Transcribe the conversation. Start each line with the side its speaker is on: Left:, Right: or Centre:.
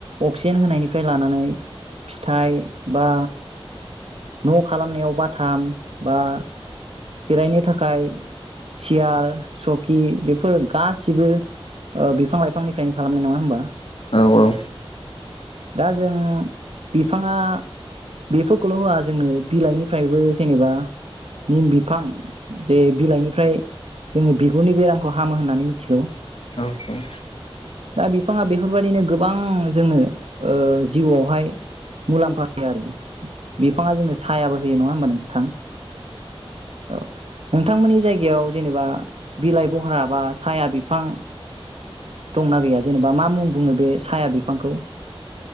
Right: अक्सिजेन होनायनिफ्राय लानानै फिथाइ बा न खालामनायाव बाथाम। बा। जिरायनो थाखाय सियार, सकि बेफोर गासिबो ओ बिफां लाइफांनिफ्रायनो खालामनाय नङा होनबा?
Left: औ औ
Right: दा जों बिफाङा बेफोरखौल होआ जोंनो बिलाइनिफ्रायबो जेनेबा निम बि बिफां जे बिलाइनिफ्राय जोङो बिगुरनि बेरामखौ हामो होननानै मिथिगौ।
Left: औ
Right: दा बिफाङा बेफोरबाददिनो गोबां जोंनो ओ जिउआवहाय मुलाम्फा होयो आरो बिफाङा जोंनो सायाबो होयो नङा होमबा नोंथां? औ नोंथांमोननि जायगायाव जेनेबा बिलाइ बहरा बा साया बिफां। दंना गैया जेनेबा मा मुं बुङो बे साया बिफांखौ?